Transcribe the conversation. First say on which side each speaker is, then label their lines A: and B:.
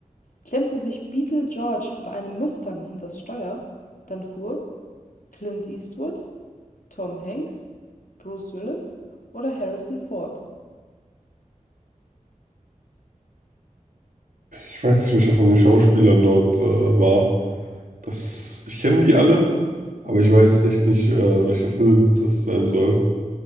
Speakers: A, on the left (about 80°); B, on the right (about 80°).
A: Klemmte sich Beetle George bei einem Mustang hinters Steuer, dann fuhr Clint Eastwood, Tom Hanks, Bruce Willis oder Harrison Ford.
B: Ich weiß nicht, welcher von den Schauspielern dort äh, war. Das, ich kenne die alle, aber
A: Mhm.
B: ich weiß echt nicht, äh, welcher Film das sein soll.